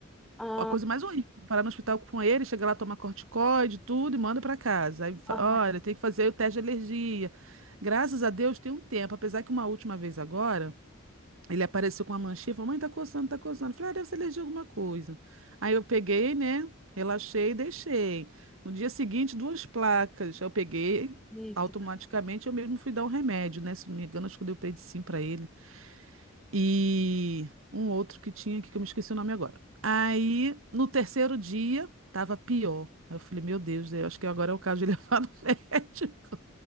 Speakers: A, in the centre; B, on the right.
A: Ah,
B: A coisa mais horrível, parar no hospital com ele, chega lá, toma corticoide, tudo e manda pra casa. Aí, fa-
A: ah,
B: olha, tem que fazer o teste de alergia. Graças a Deus tem um tempo, apesar que uma última vez agora, ele apareceu com uma manchinha, e falou: "Mãe, tá coçando, tá coçando". Eu falei: "Ah, deve ser alergia a alguma coisa". Aí eu peguei, né? Relaxei e deixei. No dia seguinte, duas placas. Eu peguei,
A: eita.
B: automaticamente eu mesmo fui dar um remédio, né? Se não me engano, acho que eu dei o predsim pra ele. E um outro que tinha aqui que eu me esqueci o nome agora. Aí, no terceiro dia, tava pior. Aí eu falei, meu Deus, eu acho que agora é o caso de levar no <laughs> médico.